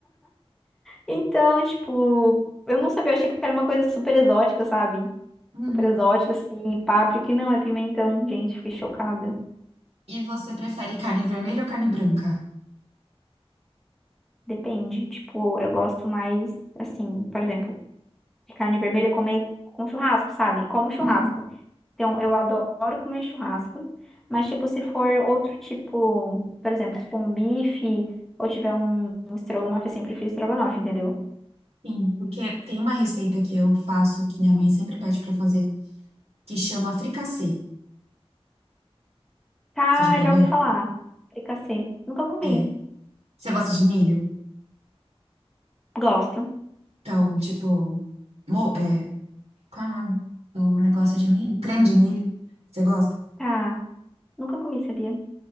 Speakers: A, in the centre; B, on the right.
A: Então, tipo, eu não sabia, eu achei que era uma coisa super exótica, sabe?
B: Uhum.
A: Super exótica, assim, páprica, e não, é pimentão. Gente, fiquei chocada.
B: E você prefere carne vermelha ou carne branca?
A: Depende, tipo, eu gosto mais, assim, por exemplo, de carne vermelha comer com churrasco, sabe? Como churrasco.
B: Uhum.
A: Então, eu adoro comer churrasco, mas, tipo, se for outro tipo, por exemplo, se for um bife ou tiver um, um estrogonofe, assim, eu prefiro estrogonofe, entendeu?
B: Sim, porque tem uma receita que eu faço, que minha mãe sempre pede pra eu fazer, que chama fricassê.
A: Tá,
B: Você já comeu?
A: já ouvi falar. Fricassê. Nunca comi.
B: É. Você gosta de milho?
A: Gosto.
B: Então, tipo, mo- é, qual é o nome do negócio de milho? Creme de milho. Você gosta?
A: Tá. Nunca comi, sabia?